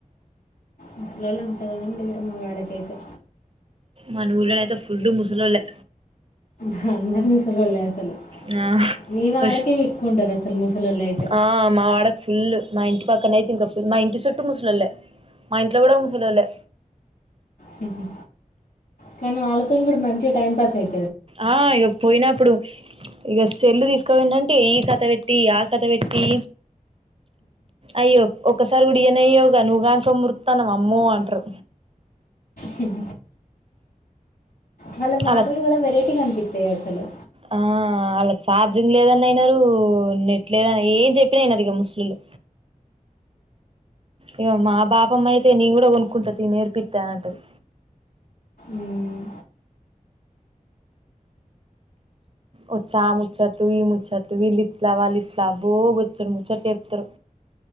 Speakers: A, on the left (about 90°); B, on the right (about 40°).
A: ముసలోళ్ళు అంతగనం లేరు మావాడకైతే
B: మన ఊళ్ళోగైతే ఫుల్లు ముసలోళ్ళె.
A: హ్ అందరూ ముసలొళ్ళే అసలు
B: నా
A: మీ వాడకే
B: పస్ట్
A: ఎక్కువ ఉంటారు అసలు ముసలోళ్ళు అయితే
B: ఆ మా వాడకి ఫుల్ మా ఇంటి పక్కన అయితే ఇంక ఫుల్ మా ఇంటి చుట్టూ ముసలోళ్ళె మా ఇంట్లో కూడా ముసలోళ్ళె
A: హ్మ్ హు కాని వాళ్ళతో మీరు మంచిగా టైం పాస్ అయి
B: ఆ ఇగ పోయినప్పుడు ఇక సెల్లు తీసుకోపోయిండంటే ఈ కథ పెట్టి ఆ కథ పెట్టి అయ్యో ఒక తరువుడి ఇయనైయవుగా నువ్ గాని సం మురుతండవ్ అమ్మో అంట్రు
A: హిమ్ మల్లె మాటలు
B: ఆళ్ళ
A: కూడా వెరైటీగా అనిపి తెే అసలు
B: ఆ ఆల్లకి చార్జింగ్ లేదన్న ఇనరు నెట్ లేదన్న ఏం చెప్పిన ఇనరిక ముసలోళ్ళు, ఇక మా బాపమ్మ అయితే నేను కూడా కొనుక్కుంట తీ నేర్పిత్తానంటది
A: మ్మ్.
B: వచ్చి ఆ ముచ్చట్లు ఈ ముచ్చట్లు వీళ్ళిట్ల వాళ్ళిట్ల అబ్బో బొచ్చేడు ముచ్చట్లు చెప్తరు